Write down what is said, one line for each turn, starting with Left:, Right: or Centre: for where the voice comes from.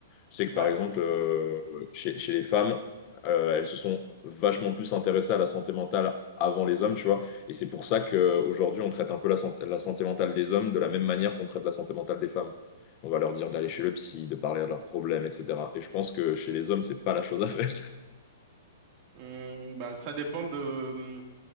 Left: Je sais que,
Right: ouais.
Left: par exemple, euh, chez, chez les femmes, euh, elles se sont vachement plus intéressées à la santé mentale avant les hommes, tu vois. Et c'est pour ça qu'aujourd'hui, on traite un peu la santé, la santé mentale des hommes de la même manière qu'on traite la santé mentale des femmes. On va leur dire d'aller chez le psy, de parler de leurs problèmes, etc. Et je pense que chez les hommes, c'est pas la chose à faire.
Right: Hum, bah ça dépend de mmh,